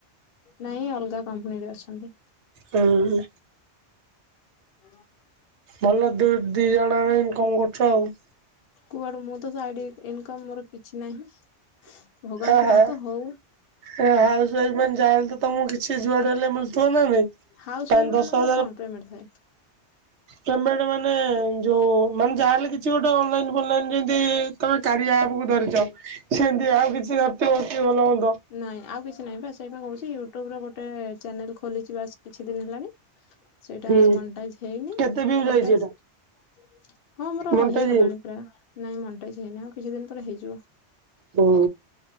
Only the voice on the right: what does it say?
ହୁଁ।
ଭଲ ଦୁ ଦି ଜଣଯାକ ଇନକମ କରୁଛ ଆଉ।
ହା ହା।
ଏ ହାଉସ ୱାଇଫ ମାନ ଯାହା ହେଲେ ତମକୁ କିଛି ଯୁଆଡେ ହେଲେ ମିଳୁଥିବ। ହଁ ନା ନାଇଁ,
ପାନ
ଦଶ ହଜାର
ପେମେଣ୍ଟ ମାନେ ଯୋଉ ମାନେ ଯାହାହେଲେ କିଛି ଗୋଟେ ଅନଲାଇନ ଫଲାଇନ ଯେମିତି ତମେ କାରିଆପକୁୁ ଧରିଛ ସେମିତି ଆଉ କିଛି ଧରିଥିବ କି ଭଲ ମନ୍ଦ
ହୁଁ
କେତେ ଭିଉ
ଯାଇଛି ଏଟା
ମଣ୍ଟେଜ
ହୁଁ